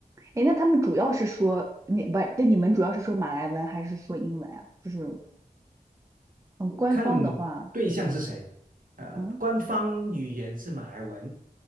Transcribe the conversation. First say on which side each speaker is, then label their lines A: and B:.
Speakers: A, on the right; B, on the right.
A: 诶，那他们主要是说你不，对，你们主要是说马来文还是说英文啊？就是嗯，官方的话，
B: 看对象是谁。呃，
A: 嗯，
B: 官方语言是马来文，